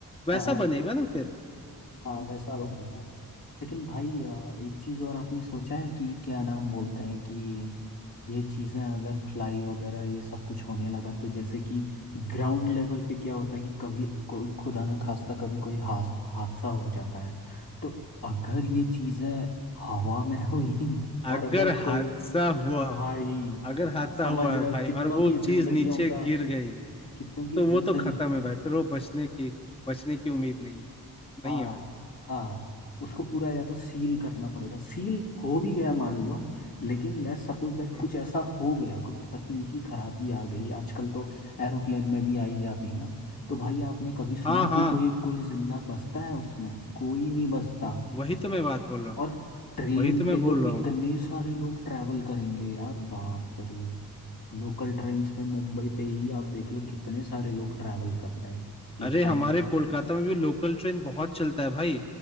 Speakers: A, on the left (about 15°); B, on the left (about 65°).
A: वैसा
B: हाँ हाँ।
A: बनेगा ना फिर
B: हाँ वैसा बनेगा लेकिन भाई अ, एक चीज़ और आपने सोचा है कि क्या नाम बोलते हैं कि ये चीज़ें अगर फ्लाई वगैरह ये सब कुछ होने लगा तो जैसे कि ग्राउंड लेवल पे क्या होता है कि कभी को- खुदा ना खास्ता कभी कोई हास- हादसा हो जाता है तो अगर ये चीज़ें हवा में <laughs> हुई
A: हम्म।
B: और
A: अगर
B: अगर
A: हादसा
B: कोई
A: हुआ
B: भाई
A: अगर हादसा
B: समझ
A: हुआ
B: रहे
A: है भाई
B: हो कितनों
A: और वो
B: की
A: चीज
B: जिंदगियों
A: नीचे
B: का
A: गिर गई
B: कितनों की
A: तो
B: जिंदगी
A: वो तो खत्म है भाई फिर वो बचने की बचने की उम्मीद नहीं है नहीं
B: हाँ
A: है भाई
B: हाँ उसको पूरा या तो सील करना पड़ेगा सील हो भी गया मान लो लेकिन लेट्स सपोज दैट
A: हम्म,
B: कुछ ऐसा हो गया कुछ तकनीकी खराबी आ गई आजकल तो एरोप्लेन में भी आई जाती है ना तो भाई आपने कभी सुना
A: हाँ हाँ
B: कि कोई कोई जिंदा बचता है उसमें कोई नहीं बचता
A: वही तो मैं बात बोल रहा हूँ
B: और ट्रेन
A: वही तो मैं
B: पे
A: बोल
B: तो
A: रहा
B: इतने
A: हूँ
B: सारे लोग ट्रैवल करेंगे यार बाप रे लोकल ट्रेन्स में मुंबई पे ही आप देख लो कितने सारे लोग ट्रैवल करते हैं
A: अरे
B: एक टाइम
A: हमारे
B: पे।
A: कोलकाता में भी लोकल ट्रेन बहुत चलता है भाई